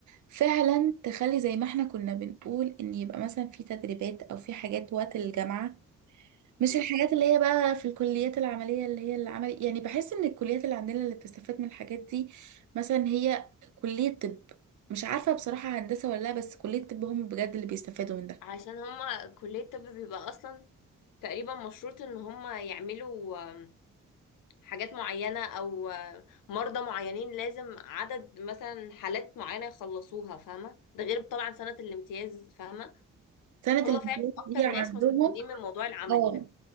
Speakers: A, on the right (about 65°); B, on the left (about 85°).
A: فعلا تخلي زي ما احنا كنا بنقول ان يبقى مثلا في تدريبات او في حاجات وقت الجامعة مش
B: امم
A: الحاجات اللي هي بقى في الكليات العملية اللي هي العمل يعني بحس ان الكليات اللي عندنا اللي بتستفاد من الحاجات دي مثلا هي كلية طب مش عارفة بصراحة هندسة ولا لا بس كلية طب هم بجد اللي بيستفادوا من ده
B: عشان هما كلية الطب بيبقى اصلا تقريبا مشروط ان هم يعملوا آم، حاجات معينة او آم، مرضى معينين لازم عدد مثلا حالات معينة يخلصوها فاهمة ده غير طبعا سنة الامتياز فاهمة
A: سنة
B: هم
A: الامتياز
B: فعلا اكتر
A: دي عندهم
B: ناس مستفيدين من الموضوع العملي
A: اه
B: ده